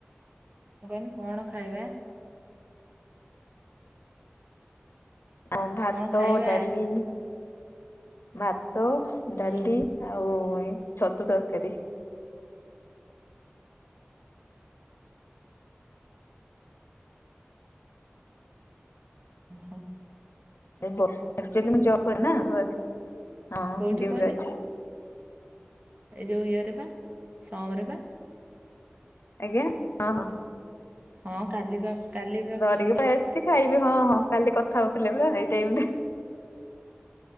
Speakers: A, on the right; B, on the left.
A: ମୁଁ କହିଲି କଣ ଖାଇବା?
B: ଆଉ ଭାତ
A: କଣ ଖାଇବା
B: ଡାଲି ଭାତ ଡାଲି
A: ହୁଁ
B: ଆଉ ଏଇ ଛତୁ ତରକାରୀ।
A: ଓ।
B: ମୁଁ ଜବ କରେ ନା।
A: କୋଉଠି
B: ଡ୍ୟୁଟିରେ
A: କହନି
B: ଅଛି
A: ଏଇ ଯୋଉ ଇଏରେ ପା ସମରେ ପା।
B: ଆଜ୍ଞା ହଁ ହଁ।
A: ହଁ କାଲି ବା କାଲି ବା
B: ଧରିକି
A: ଫୋନ କରିଥିଲି।
B: ପଳେଇ ଆସିଛି ଖାଇବି ହଁ ହଁ କାଲି କଥା ହଉଥିଲେ ପରା ଏଇ ଟାଇମରେ।